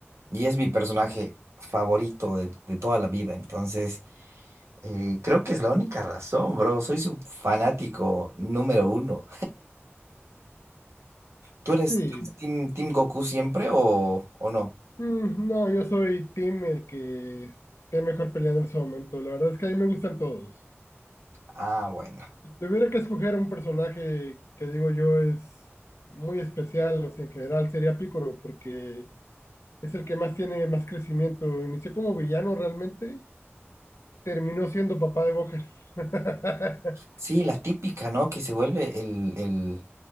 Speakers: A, on the right; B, on the left.
A: Y es mi personaje favorito de, de toda la vida. Entonces, eh, creo que es la única razón, bro. Soy su fanático número uno. ¿Tú eres,
B: Sí,
A: tú eres team, team Goku siempre o, o no?
B: mm, no, yo soy team el que esté mejor peleando en ese momento. La verdad es que a mí me gustan todos.
A: Ah, bueno.
B: Si tuviera que escoger un personaje que digo yo es muy especial, o sea, en general sería Piccolo, porque es el que más tiene más crecimiento. Inició como villano realmente, terminó siendo papá de Gohan. <laughs>
A: Sí, la típica, ¿no? Que se vuelve el, el,